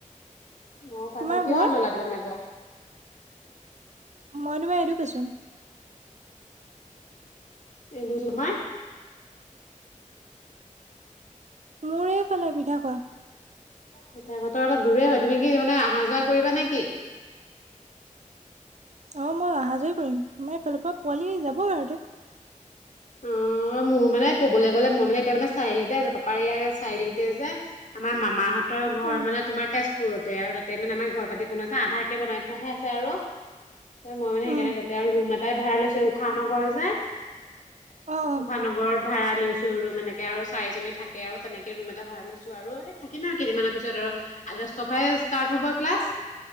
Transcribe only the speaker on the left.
অঁ পাইছা
কিহত
ল'লা তুমি মেজৰ?
এনো কোমাই
পিঠা কোৱা অলপ দূৰেই হয় তুমি কি মানে অহা যোৱা কৰিবা নে কি?
উম মোৰ মানে ক'বলৈ গ'লে মই মানে এতিয়া মানে চাৰিআলিতে আছো পাপা ই চাৰিলিতে যে। আমাৰ মামাহত- তৰ ঘৰ
মানে তোমাৰ তেজপুৰতে আৰু তাতে মানে আমাৰ ঘৰ পাতি বনাই আছে আধাকে বনাই থোৱাহে আছে আৰু। ত মই মানে সেইকাৰণে
তাতে আৰু ৰুম এটাই ভাড়া লৈছো উশা নগৰ যে।
উশানগৰত। ভাড়া লৈছো ৰুম এনেক আৰু চাৰিজনী থাকে আৰু তেনেকে ৰুম এটা ভড়া লৈছো আৰু এই থাকিম আৰু কেইদিনমানৰ পিছত আৰু। আজি ছয়টাই ষ্টাৰ্ট হব ক্লাছ।